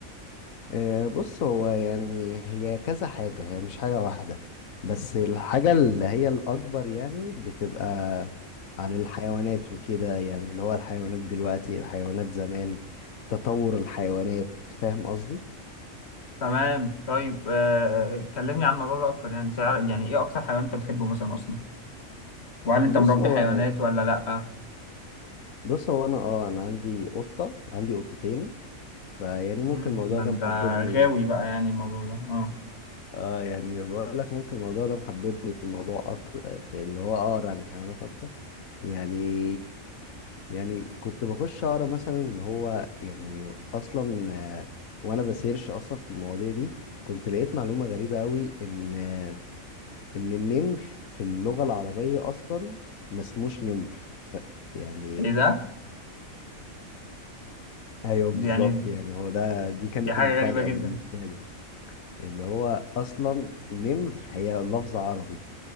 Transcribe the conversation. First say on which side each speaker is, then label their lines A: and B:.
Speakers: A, on the left (about 75°); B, on the left (about 50°).
A: آه، بص هو يعني هي كذا حاجة هي مش حاجة واحدة بس الحاجة اللي هي الأكبر يعني بتبقى عن الحيوانات وكده يعني اللي هو الحيوانات دلوقتي الحيوانات زمان تطور الحيوانات فاهم قصدي
B: تمام طيب آه كلمني عن الموضوع ده اكتر يعني تعرف- يعني ايه اكتر حيوان انت بتحبه مثلا اصلا وهل انت
A: بص
B: مربي
A: هو
B: حيوانات ولا لا
A: بص هو أنا اه أنا عندي قطة عندي قطتين فيعني ممكن
B: امم
A: الموضوع
B: ده
A: ده
B: انت
A: محببني
B: غاوي بقى يعني الموضوع ده اه
A: اه يعني بقول لك ممكن الموضوع ده محببني في الموضوع أكتر في اللي هو أقرأ عن الحيوانات أكتر يعني يعني كنت بخش اقرا مثلا ان هو يعني اصلا آه، وانا بسيرش اصلا في المواضيع دي كنت لقيت معلومه غريبه قوي ان آه، ان النمر في اللغه العربيه اصلا ما اسموش نمر ف يعني
B: ايه ده
A: ايوه بالظبط
B: دي يعني
A: يعني هو ده دي كانت
B: دي حاجه
A: المفاجاه
B: غريبه جدا
A: بالنسبه لي اللي هو اصلا نمر هي لفظ عربي